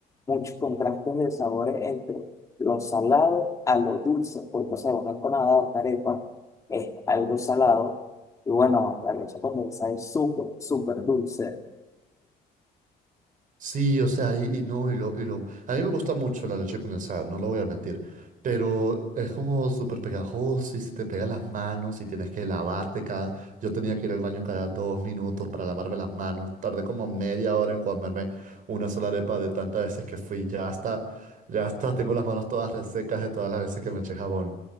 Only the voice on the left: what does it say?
muchos contrastes de sabores entre lo salado a lo dulce, porque, o sea, una empanada, una arepa es algo salado, y bueno, la leche condensada es súper, súper dulce.